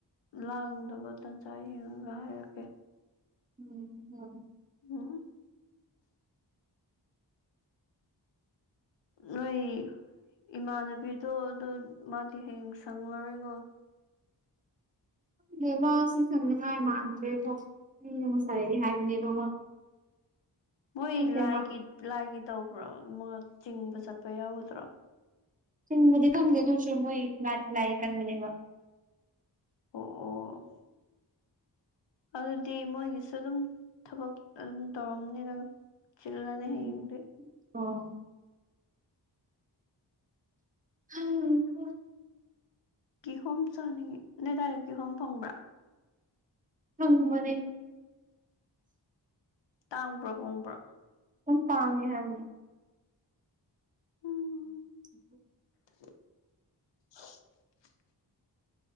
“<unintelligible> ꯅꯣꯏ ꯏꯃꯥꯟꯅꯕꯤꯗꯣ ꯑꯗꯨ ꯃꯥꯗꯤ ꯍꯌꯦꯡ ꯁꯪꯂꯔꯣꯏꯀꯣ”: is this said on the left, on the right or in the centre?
Left